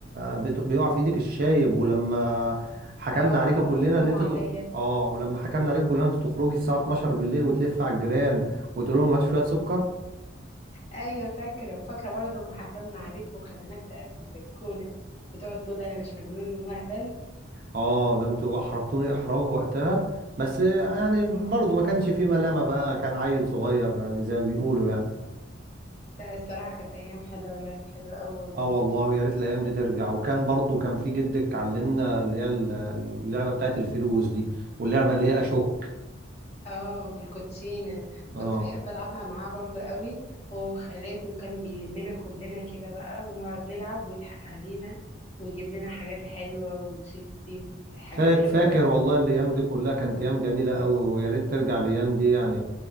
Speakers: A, on the right; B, on the left.
A: بت- بيقع في ايدك الشايب ولما حكمنا
B: اه
A: عليكم
B: تقعدوا
A: كلنا
B: تحكموا
A: ان انت
B: عليا
A: تخ... اه ولما حكمنا عليكم كلنا انت تخرجي الساعه 12 بالليل وتلف على الجيران وتقول لهم هاتوا شويه سكر
B: ايوه فاكرة وفاكرة برضه اما حكمنا عليك وخليناك تقعد في البلكونة وتقعد تقول انا مش مجنون وهبل
A: اه ده انتوا احرجتوني احراج وقتها بس يعني
B: اه
A: برضو ما كانش في ملامه بقى كان عيل صغير يعني زي ما بيقولوا يعني
B: لا الصراحة كانت ايام حلوة ولعبة حلوة اوي والله
A: اه والله يا ريت الايام دي ترجع وكان برضو كان في جدك علمنا اللي هي اللعبه بتاعت الفلوس دي واللعبه اللي هي اشك
B: اه بالكوتشينة كنت
A: اه
B: بحب ألعبها معاه برضه قوي هو وخالاته وكان بيلمنا كلنا كده بقى ونقعد نلعب ويضحك علينا ويجيب لنا حاجات حلوة وشيبسي وحاجات
A: فا-
B: حلوة
A: فاكر
B: قوي الصراحة
A: والله الايام دي كلها كانت ايام جميله قوي ويا ريت ترجع الايام دي يعني